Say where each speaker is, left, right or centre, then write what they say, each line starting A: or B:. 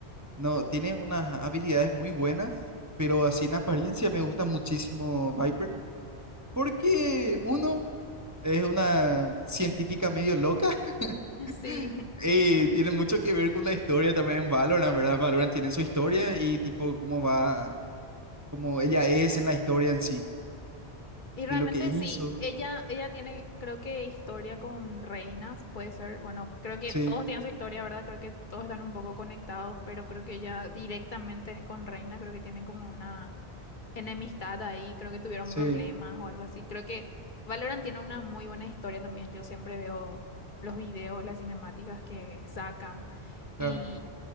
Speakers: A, on the right; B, on the left.
A: no, tiene unas habilidades muy buenas, pero así en apariencia me gusta muchísimo Viper, porque uno es una científica medio loca <laughs>
B: <laughs> sí.
A: y tiene mucho que ver con la historia también en Valorant, ¿verdad? Valorant tiene su historia y tipo cómo va, cómo ella es en la historia en sí,
B: Y realmente
A: de lo que hizo.
B: sí, ella, ella tiene, creo que historia con reinas, puede ser, bueno, creo que
A: Sí,
B: todos tienen su historia, ¿verdad? Creo que todos están un poco conectados, pero creo que ella directamente es con reina, creo que tienen como una enemistad ahí, creo que tuvieron
A: sí,
B: problemas o algo así. Creo que Valorant tiene una muy buena historia también, yo siempre veo los videos, las cinemáticas que sacan. Y
A: claro.